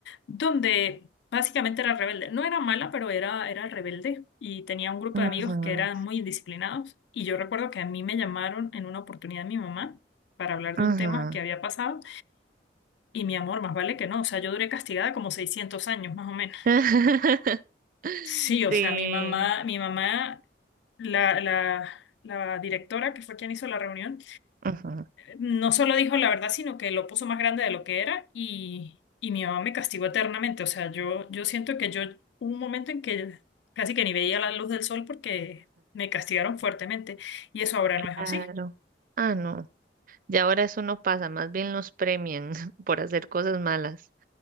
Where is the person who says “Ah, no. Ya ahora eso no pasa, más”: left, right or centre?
Right